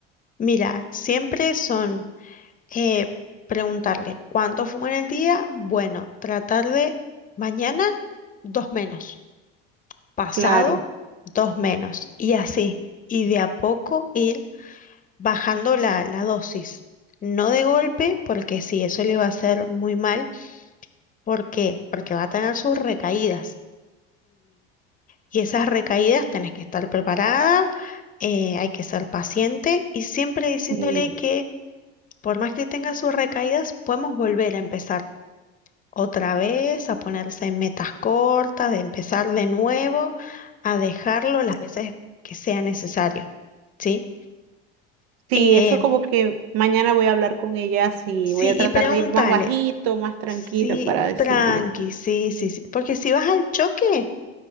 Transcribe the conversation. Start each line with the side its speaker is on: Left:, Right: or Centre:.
Left: mira, siempre son eh, preguntarle cuánto fumo en el día, bueno, tratar de mañana dos menos, pasado
Right: claro.
Left: dos menos, y así, y de a poco ir bajando la, la dosis. No de golpe, porque sí, eso le va a hacer muy mal. ¿Por qué? Porque va a tener sus recaídas Y esas recaídas tenés que estar preparada, eh, hay que ser paciente y siempre diciéndole
Right: Sí,
Left: que por más que tenga sus recaídas, podemos volver a empezar otra vez, a ponerse metas cortas, de empezar de nuevo, a dejarlo las veces que sea necesario, ¿sí?
Right: sí,
Left: Eh,
Right: eso como que mañana voy a hablar con ella, sí,
Left: sí,
Right: voy a tratar
Left: y pregúntale,
Right: de ir más bajito, más tranquila
Left: sí,
Right: para decirle.
Left: tranqui, sí, sí, sí, porque si vas al choque